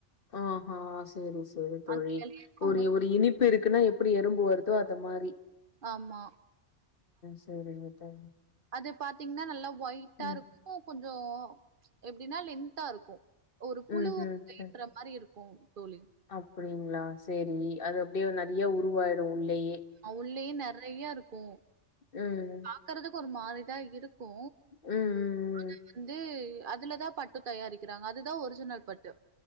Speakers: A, on the left; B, on the right.
A: ஆ சரி சரி தோழி
B: அந்த எலைய அவங்க
A: ஒரு ஒரு இனிப்பு இருக்குன்னா அப்படி எறும்பு வருதோ அது மாதிரி
B: ஆமா
A: சரிங்க தோழி.
B: அது பாத்தீங்கன்னா நல்லா ஒயிட்டா
A: ம்.
B: இருக்கு கொஞ்சம் எப்படின்னா லென்தா இருக்கம் ஒரு புழு
A: ம்ஹ்ம்.
B: பயந்த
A: சரி.
B: மாறி இருக்கு தோழி
A: அப்படிங்களா சரி அது அப்படியே நிறைய உருவாயிடும் உள்ளல்லயே
B: யும் நிறைய இருக்கு
A: ம்
B: இருக்கறதுக்கு ஒரு மாதறிதா இருக்கு
A: ம் ம்
B: ஆனா
A: ம்.
B: வந்து அதுலதா பட்டு தயாரிக்கிறாங்க அதுதா ஒரிஜினல் பட்டு